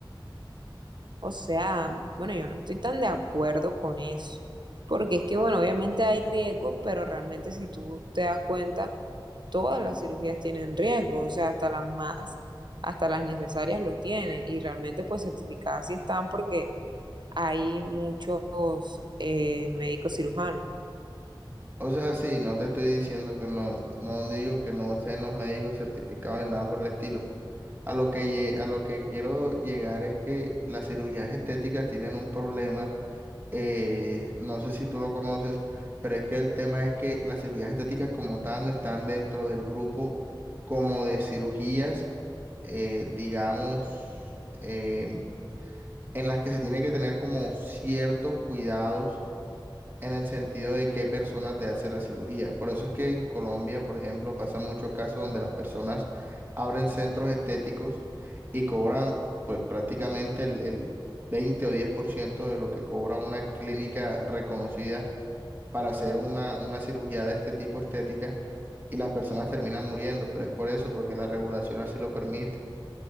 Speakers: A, on the right; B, on the right.
A: O sea, bueno, yo no estoy tan de acuerdo con eso, porque es que, bueno, obviamente hay riesgos, pero realmente si tú te das cuenta, todas las cirugías tienen riesgo, o sea, hasta las más, hasta las necesarias lo tienen, y realmente pues certificadas sí están porque hay muchos eh, médicos cirujanos.
B: O sea, sí, no te estoy diciendo que no, no digo que no sean los médicos certificados ni nada por el estilo. A lo que, lle- a lo que quiero llegar es que las cirugías estéticas tienen un problema eh, no sé si tú lo conoces, pero es que el tema es que las cirugías estéticas como tal no están dentro del grupo como de cirugías, eh, digamos, eh, en las que se tiene que tener como ciertos cuidados en el sentido de qué persona te hace la cirugía. Por eso es que en Colombia, por ejemplo, pasan muchos casos donde las personas abren centros estéticos y cobran pues prácticamente el, el 20 o 10% de lo que cobra una clínica reconocida para hacer una, una cirugía de este tipo estética y las personas terminan muriendo, pero es por eso, porque la regulación así lo permite.